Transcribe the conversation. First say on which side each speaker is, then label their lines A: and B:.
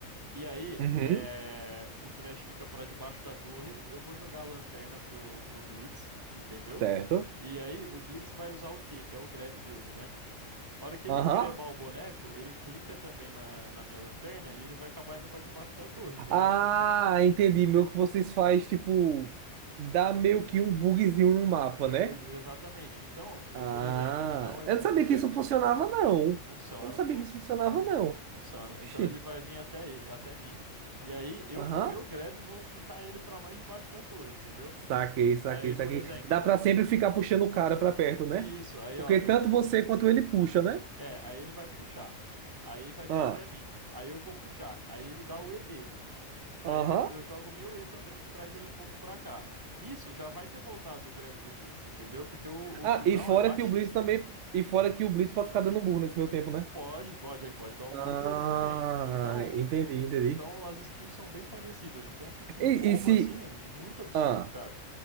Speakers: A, on the right; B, on the right.
A: E aí,
B: Uhum,
A: é, o Thresh fica pra debaixo da torre. Eu vou jogar a lanterna pro, pro Blitz, entendeu?
B: certo.
A: E aí, o Blitz vai usar o quê? Que é o grab dele, né? A hora que ele
B: Aham.
A: grebar o boneco, ele clica também na, na minha lanterna e ele vai acabar indo pra debaixo da torre, entendeu?
B: Ah, entendi. Meio que vocês faz, tipo, dá meio que um bugzinho no mapa, né?
A: Ex- exatamente. Então, eh,
B: Ah,
A: por exemplo, então eh,
B: eu
A: o
B: não sabia
A: boneco
B: que isso funcionava, não.
A: funciona,
B: Eu não sabia
A: pô.
B: que isso funcionava, não.
A: Funciona.
B: Xi.
A: Então ele vai vir até, até mim, e aí eu
B: Aham.
A: com o meu grab vou puxar ele pra mais debaixo da torre, entendeu?
B: Saquei, saquei,
A: Aí, por
B: saquei.
A: exemplo,
B: Dá pra
A: eu.
B: sempre ficar puxando o cara pra perto, né?
A: Isso, aí
B: Porque
A: ó, eu.
B: tanto você quanto ele puxa, né?
A: É, aí ele vai puxar. Aí vai vir
B: Ah,
A: até mim. Aí eu vou puxar. Aí ele dá o E dele.
B: aham.
A: Aí eu, eu jogo o meu E também, que traz ele um pouco pra cá. Nisso já vai ter voltado o grab do Blitz, entendeu? Porque o,
B: Ah,
A: o cooldown
B: e fora
A: é baixíssimo.
B: que o Blitz também. E fora que o Blitz pode ficar dando burro nesse meu tempo, né?
A: Pode, pode, ele pode dar o
B: Ah,
A: murro dele também. Então,
B: entendi, entendi.
A: então as skills são bem parecidas. Então fica
B: E,
A: um combo
B: e se.
A: assim, muito absurdo,
B: Ah.
A: cara.